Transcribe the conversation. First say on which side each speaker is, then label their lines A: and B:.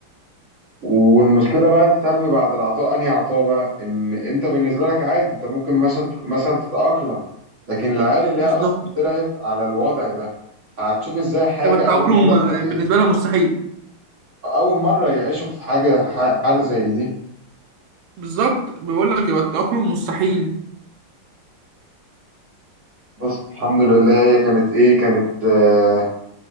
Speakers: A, on the right (about 55°); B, on the right (about 80°).
A: والمشكله بقى السلبي بعد العطاء انهي عطاء بقى ان انت بالنسبه لك عادي انت ممكن مثلا مثلا تتاقلم لكن العيال اللي هي
B: بالظبط
A: اصلا طلعت على الوضع ده هتشوف ازاي حاجه
B: يبقى التأقلم
A: اول مره
B: آه،
A: تواجهها
B: بالنسبه لها مستحيل
A: اول مره يعيشوا في حاجه ح- حاله زي دي
B: بالظبط بيقول لك يبقى التأقلم مستحيل
A: بص الحمد لله هي كانت ايه كانت آه